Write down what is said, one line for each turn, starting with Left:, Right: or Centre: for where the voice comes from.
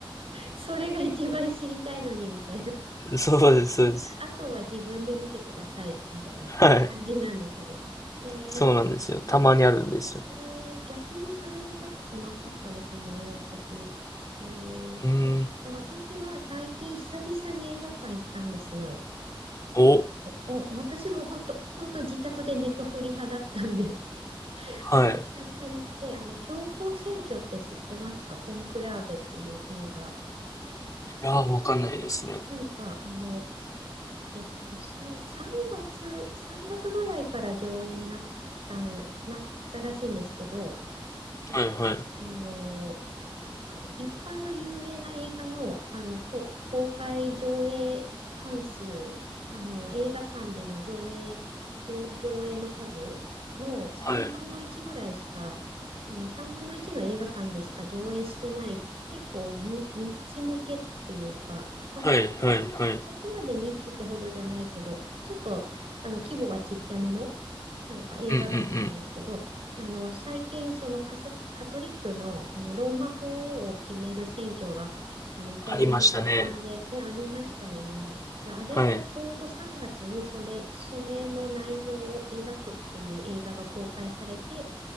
Right: それが一番知りたいのに、みたいな。<laughs>
Left: そうです、そうです。
Right: あとは自分で見てください、みたいな感じなんですね。
Left: はい。
Right: へえ、
Left: そうなんですよ。たまにあるんですよ。
Right: あ、えー、逆にそれ見たことなかったですね、私。えー、
Left: うーん。
Right: えで私は最近久々に映画館行ったんですよ。
Left: お、
Right: お、お、私も本当本当自宅でネットフリ派だったんで <laughs>
Left: はい。
Right: うん久々に行って、あの、教皇選挙って知ってますかコンクラーベっていう映画。
Left: いやー、わかんないですね。
Right: なんか、あの、えっと、さい3月、3月ぐらいから上映になった、なったらしいんですけど、なんか、
Left: はいはい。
Right: あのふ一般の有名な映画の、あの、こ公開上映関数、あの、映画館での上映、上、上映の数の3分の1ぐらいしか、
Left: はい。
Right: あの、3分の1の映画館でしか上映してない、結構に、ニッチ向けっていうか、まあ、
Left: はいはいはい。
Right: そんなに、まあ、そこまでニッチってほどじゃないけど、ちょっと、あの、規模はちっちゃめの、なんか映画だったんですけど、
Left: うんうんうん。
Right: あの、最近、そのカソ、カトリックの、あのローマ法王を決める選挙が、あのイタリアのバチカンで、
Left: ありましたね。
Right: ね、ありましたよね。で、あれがちょうど3月にそれ、
Left: はい。
Right: それの内容を描くっていう映画が公開されて、